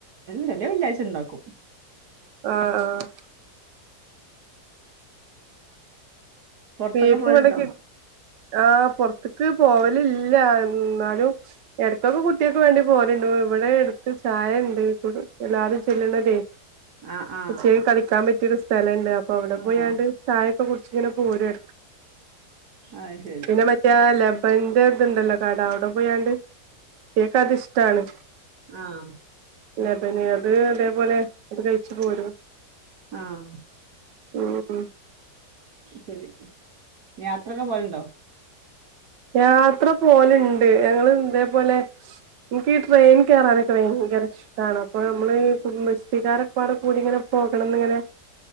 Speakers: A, on the right; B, on the right.
A: ചെല വെള്ള്യാച ഉണ്ടാക്കും
B: ആഹ് ആഹ്
A: പൊറത്തൊക്കെ
B: ബിഫവിടകി
A: പോവലുണ്ടോ
B: ആഹ് പുറത്ത ക്ക് പോവലില്ല എന്നാലും ഇടക്കൊക്കെ കുട്ടികക്ക് വേണ്ടി പോവലുണ്ട് ഇവിടെ അടുത്ത് ചായ ഇണ്ട് എല്ലാരും ചെല്ലുന്നതേ
A: ആഹ് ആഹ്
B: ച്ചക്ക് കളിക്കാൻ പ ത്തിരി സ്ഥലണ്ട് അ അപ്പൊ അവിടെ പോയാണ്ട്
A: ആഹ്
B: ചായൊക്കെ കുടിച്ച് ഇങ്ങനെ പോരുവ
A: അത് ശരി
B: പിന്നെ മറ്റേല്ല അപ്പ എന്റെ ഇതുണ്ടല്ലോ കട അവിടെ പോയാണ്ട് കേക്ക അത് ഇഷ്ടാണ്
A: ആഹ്
B: ലബന് അത് അതേപോലെ അത് കഴിച്ചു പോരും
A: ആഹ്
B: ഉം
A: ശരി യാത്രക്കെ പോവല്ണ്ടോ
B: യാത്ര പോല്ണ്ട് ഞങ്ങള് ഇതേപോലെ, എനിക്കീ ട്രെയിൻ കേറാനൊക്കെ ഭയങ്കര ഇഷ്ടാണ് അപ്പൊ നമ്മള് കുടുംബശ്രീകാരെക്കാടെ കൂടി ഇങ്ങനെ പോകണംന്ന് ഇങ്ങനെ